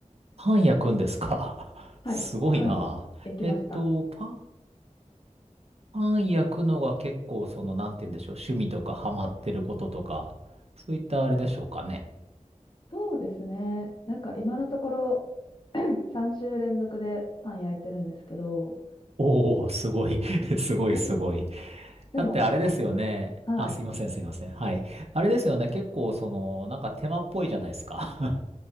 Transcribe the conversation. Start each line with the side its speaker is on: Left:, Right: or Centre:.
Right: パン焼くんですか。
Left: はい、
Right: <laughs> すごいな。
Left: パン焼きました。
Right: えっと、パン、パン焼くのが結構、その、なんて言うんでしょう。趣味とかハマってることとか、そういったあれでしょうかね。
Left: そうですね。なんか今のところ <clears throat> 3週連続でパン焼いてるんですけど、
Right: おお、すごい。<laughs> すごい、
Left: <laughs>
Right: すごい。
Left: でも、
Right: だってあれですよね。
Left: はい、
Right: あ、すいません、すいません。はい。あれですよね。結構、その、なんか手間っぽいじゃないですか。